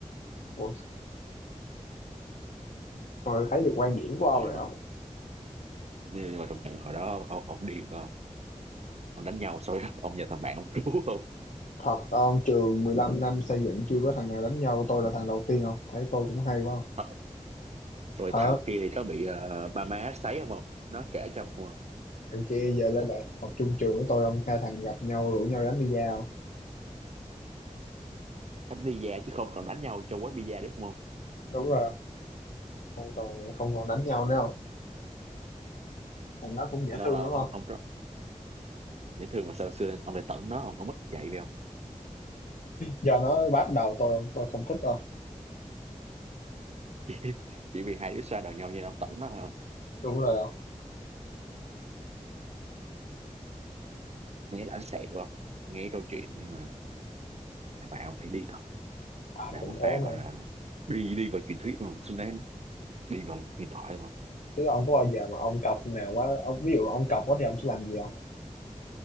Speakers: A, on the left; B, on the right.
A: Post, thôi thấy được quan điểm của ông
B: Ờ,
A: rồi
B: nhưng mà
A: ông
B: nhưng mà trong trận hồi đó ông, ông điên phải không ông đánh nhau xong rồi <laughs> ông nhờ thằng bạn ông cứu không
A: thật ông trường 15 năm xây dựng chưa có thằng nào đánh nhau tôi là thằng đầu tiên không thấy tôi cũng hay quá không
B: Thật. rồi
A: hả
B: thằng kia thì có bị ờ, ba má sấy không không nó kể cho ông không không?
A: thằng kia giờ lên đại học học chung trường với tôi ông hai thằng gặp nhau rủ nhau đánh bida không
B: đánh bida chứ không còn đánh nhau cho quán bida đúng không không
A: đúng rồi không còn không còn đánh nhau nữa thằng nó cũng dễ
B: lâu
A: thương
B: lâu
A: đúng
B: ông
A: không
B: ông rất dễ thương mà sao xưa lên ông lại tẩn nó không ông mất dạy về không <laughs>
A: giờ nó bắt đầu tôi tôi không thích đâu
B: chỉ, chỉ vì hai đứa xoa đầu nhau như ông tẩn nó thôi không
A: đúng rồi không
B: nghe đã sẹt không nghe câu chuyện nhưng mà thằng bạn ông thì đi
A: ai
B: là
A: cũng
B: một
A: thế
B: pha gọi
A: mà
B: là đi đi vào truyền thuyết đúng không xứng đáng đi vào huyền thoại đúng không
A: chứ ông có bao giờ mà ông cọc nào quá ông ví dụ ông cọc quá thì ông sẽ làm gì không